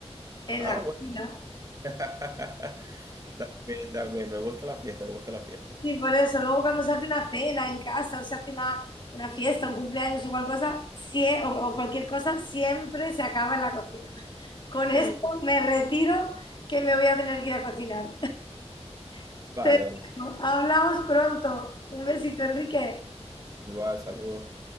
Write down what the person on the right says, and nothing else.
ah,
bueno. <laughs> También, también, me gusta la fiesta, me gusta la fiesta.
Sí,
vale,
vale.
Igual, saludos.